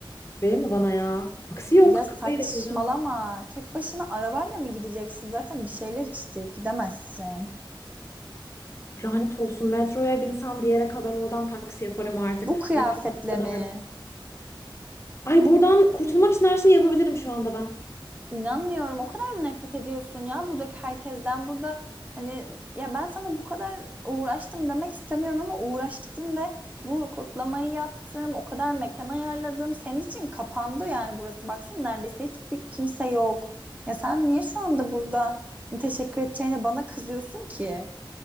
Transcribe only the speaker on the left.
Verir mi bana ya? Taksi yok.
Kafayı delireceğim.
Lanet olsun. Metroya binsem bir yere kadar oradan taksi yaparım artık.
Metro kadar.
Ay buradan kurtulmak için her şeyi yapabilirim şu anda ben.